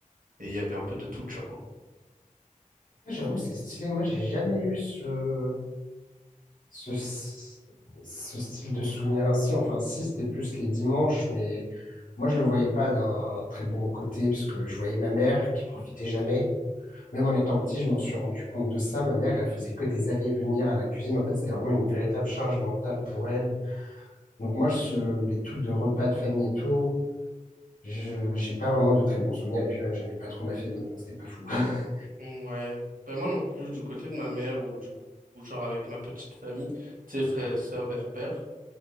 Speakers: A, on the right; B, on the left.
A: et il y avait un peu de tout, tu vois.
B: J'avoue, c'est stylé. Moi, j'ai jamais eu ce. ce, ce style de souvenir ainsi. Enfin, si, c'était plus les dimanches, mais moi, je le voyais pas d'un très bon côté, parce que je voyais ma mère qui profitait jamais. Même en étant petit, je m'en suis rendu compte de ça. Ma mère, elle faisait que des allers-venir à la cuisine. En fait, c'était vraiment une véritable charge mentale pour elle. Donc moi, je, les trucs de repas de famille et tout, je, j'ai pas vraiment de très bons souvenirs. Et puis même, j'aimais pas trop ma famille, donc c'était pas fou. <laughs>
A: Ouais, ben moi non plus, du côté de ma mère ou du ou genre avec ma petite famille, tu sais, frères et sœurs, mère-père,